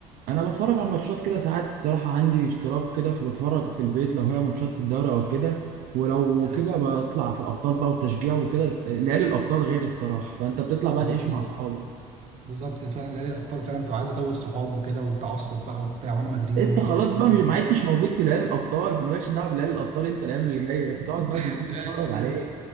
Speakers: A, on the right; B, on the right.
A: انا بتفرج على ماتشات كده ساعات الصراحه عندي اشتراك كده فبتفرج في البيت لو هي ماتشات في الدوري او كده ولو
B: يعني
A: كده بطلع في الابطال بقى وتشجيع وكده ليالي الابطال غير الصراحه فانت بتطلع بقى
B: بالظبط
A: تعيش مع اصحابك
B: بالظبط فعلا نهائي الابطال فعلا بتبقى عايز جو الصحاب وكده والتعصب بقى وبتاع وانا مدريدي
A: انت
B: وانت
A: خلاص
B: برشلوني
A: بقى مش- ما عدتش موجود في ليالي الابطال فمالكش دعوه بليالي الابطال انت الايام اللي جايه
B: <laughs>
A: تقعد بقى في البيت
B: ماشي
A: تتفرج عليه